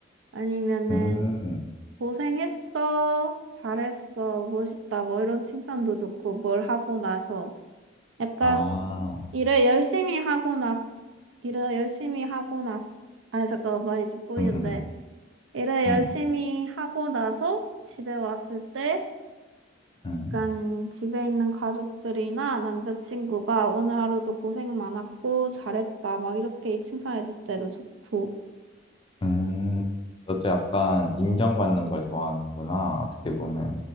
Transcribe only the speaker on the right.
아니면은,
고생했어. 잘했어. 멋있다. 뭐 이런 칭찬도 좋고, 뭘 하고 나서. 약간,
일을 열심히 하고 났, 일을 열심히 하고 났, 아니, 잠깐만, 말이 좀 꼬이는데.
일을 열심히
하고 나서 집에 왔을 때,
약간 집에 있는 가족들이나 남자친구가 오늘 하루도 고생 많았고, 잘했다. 막 이렇게 칭찬해줄 때도 좋고.